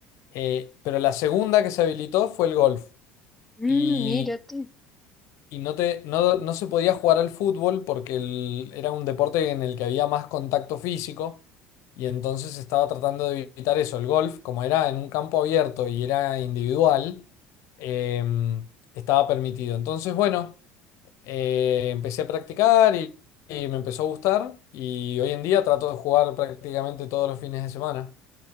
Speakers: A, on the left; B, in the centre.
A: Eh, pero la segunda que se habilitó fue el golf.
B: Mm,
A: y
B: mira tú.
A: y no te, no, no se podía jugar al fútbol porque el- era un deporte en el que había más contacto físico y entonces estaba tratando de evitar eso. El golf, como era en un campo abierto y era individual, em, estaba permitido. Entonces, bueno, eh, empecé a practicar y, y me empezó a gustar y hoy en día trato de jugar prácticamente todos los fines de semana.